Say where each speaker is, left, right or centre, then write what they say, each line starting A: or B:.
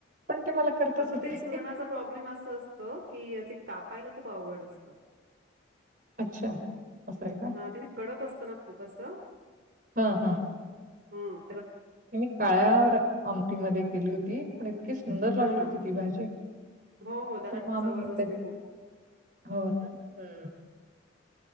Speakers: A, on the right; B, on the right.
A: पण ती मला करताच
B: फक्त
A: येत
B: ते
A: नाही.
B: सुरणाचा प्रॉब्लेम अस असत कि कापायला खूप आवड असत
A: अच्छा, असं आहे का?
B: हा त्याने कडक असतो ना खूप असं
A: हा हा
B: हम्
A: मी काळ्यावर आमटी मध्ये केली होती पण इतकी सुंदर लागली
B: हा हा
A: होती ती भाजी
B: हो हो त्याला
A: पण मग आम्ही
B: चवच
A: त्यात
B: असते खूप
A: हो का हम्